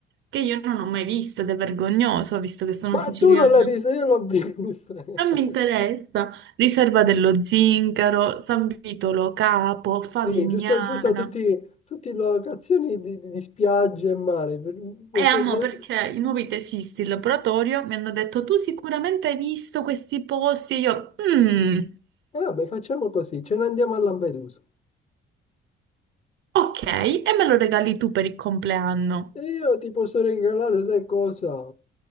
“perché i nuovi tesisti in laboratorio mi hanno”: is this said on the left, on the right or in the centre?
Right